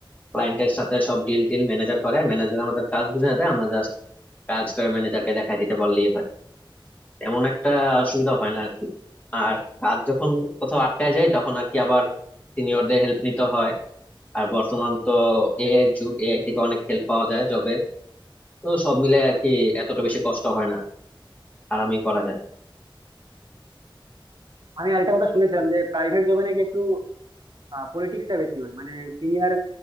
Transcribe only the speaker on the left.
ক্লায়েন্টের সাথে সব ডিল টিল ম্যানেজার করে ম্যানেজার আমাদের কাজ বুঝে দেয় আমরা জাস্ট কাজ করে ম্যানেজারকে দেখাই দিতে পারলেই হয় তেমন একটা অসুবিধা হয় না আর কি আর কাজ যখন কোথাও আটকায় যায় তখন আর কি আবার সিনিয়রদের হেল্প নিতে হয় আর বর্তমান তো এআই যুগ এআই থেকে অনেক হেল্প পাওয়া যায় জবে তো সব মিলে আর কি এতটা বেশি কষ্ট হয় না আরামই করা যায়